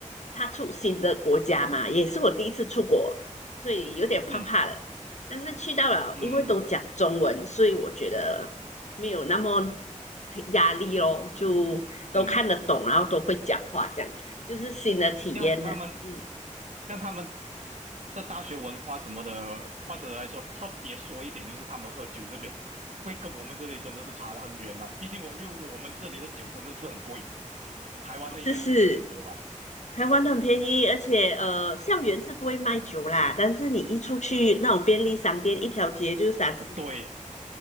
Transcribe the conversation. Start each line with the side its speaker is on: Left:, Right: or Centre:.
Left: 他出新的国家嘛，也是我第一次出国，所以有点怕怕嘞。
Right: 嗯
Left: 但是去到了，
Right: 嗯
Left: 因为都讲中文，所以我觉得没有那么压力咯，就都看得懂，
Right: 嗯，
Left: 然后都会讲话，这样就是新的体验呢。
Right: 像他们，
Left: 嗯，
Right: 像他们的大学文化什么的，或者来说特别说一点，就是他们喝酒这边会跟我们这里真的是差得很远嘛。毕竟我因为我们这里的酒真的是很贵，台湾的应该便宜很多吧？
Left: 是是是，台湾很便宜，而且呃，校园是不会卖酒啦，但是你一出去那种便利商店，一条街就三四间，
Right: 呃，对，